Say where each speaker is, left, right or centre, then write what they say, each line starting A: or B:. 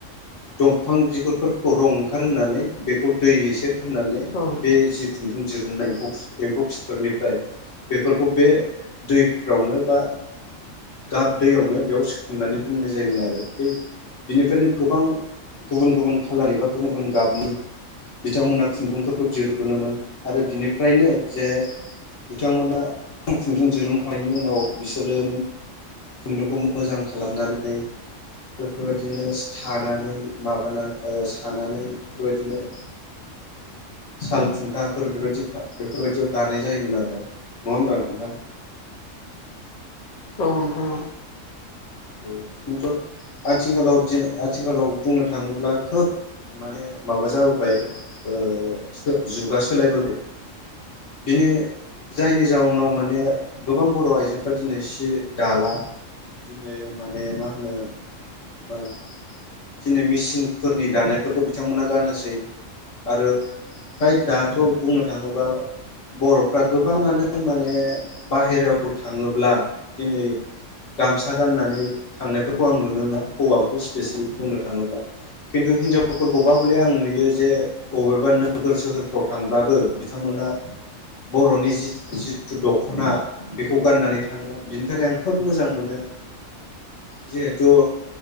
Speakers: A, on the left; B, on the left.
A: दंफां बिगुरफोरखौ रं ओंखार होनोनानै बेखौ दै एसे होननानै
B: औ
A: बे जिखुन दुदुं दिरुननायम्फौ एम्फौ फिनफोरनिफ्राय बेफोरखौ बे दैफोरावनो बा गाब दैयावनो बेयाव सोखोमनानै बुंनाय जायोमोन आरो बे बिनिफ्रायनो गोबां गुबुन गुबुन खालारनि बा गुबुन गुबुन गाबनि बिथांमोना खुन्दुंफोरखौ दिरुनोन आरो बिनिफ्रायनो जे बिथांमोना खुन्दुं दिरुनखांनायनि उनाव बिसोरो खुन्दुंखौ मोजां खालामनानै बेफोरबायदिनो सानानै माबा सानानै बेफोरबायदिनो साल खुन्थाफोर बेबायदि बेफोरबायदियाव दानाय जायोमोन आरो नङा होमब्ला नोंथां
B: औ नोंथां
A: औ खिन्थु आथिखालाव आथिखालाव बुंनो थाङोब्ला खोब माने माबा जाबोबाय ओ जुगा सोलायबोबाय बिनि जायनि जाउनाव माने गोबां बर' आइजोफ्रा दिनै सि दाला दिनै माने मा होनो मा दिनै मेसिनफोरनि दानायफोरखौ बिथांमोना गानोनोसै आरो फ्राय दाथ' बुंनो थाङोब्ला बर'फ्रा गोबाङानो माने बाहेरायाव थाङोब्ला दिनै गाम खोथा गाननानै थांनायफोरखौ आं नुनो मोना हौवाफोरखौ स्पेसिलि बुंनो थाङोब्ला खिन्थु हिनजावफोरखौबा हले आं नुयो जे बबेबा नोगोर सोहोरफ्राव थांब्लाबो बिथांमोना बर'नि जिथु दख'ना बेखौ गाननानै थाङो बिनि थाखाय आं खोब मोजां मोनो जिहेथु